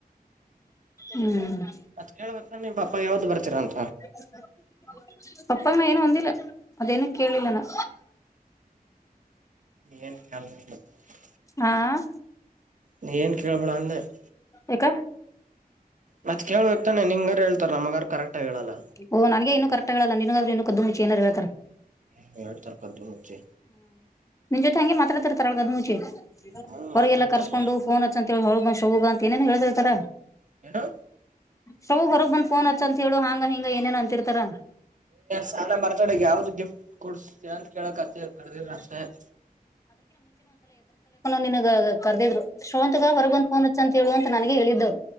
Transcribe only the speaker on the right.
ಕೇಬೇಕ ನಿ ಪಾ ಯಾವ್ದ ಬರ್ತೀರ ಅಂತ
ಲ್ ರಿ <unintelligible>
ನೀ ಏನ್ ಕೇಳ್ಬಿಡ ಅಂದೆ <inaudible>
ಮತ್ ಕೇಳಬೇಕಕ್ತಾನೆ ನಿಂಗಾರ ಹೇಳ್ತಾರ ನಮಗಾರ್ ಕರೆಕ್ಟ್ ಹೇಳಲ್ಲ
ಹ್ಮ ಹೇಳ್ತಾರೆ ಕದ್ದು ಮುಚ್ಚಿ
ಹ್ಮ
ಮಾತಾಡ್ತಾರ
ಯನ್ನು
ಸಾನ ಬರ್ತಡೇ ಗೆ ಯಾವ್ದು ಗಿಫ್ಟ್ ಅವದು ಂತ ಕೇಳಕ್ತ್ತ ಕದ ಅಷ್ಟೆ <unintelligible>